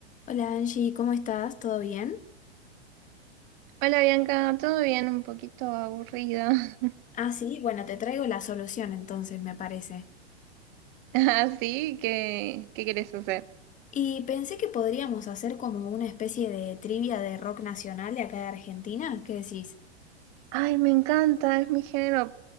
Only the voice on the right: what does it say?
Hola Bianca, todo bien, un poquito aburrida. <laughs>
Así que, ¿qué quieres hacer?
Ay, me encanta, es mi género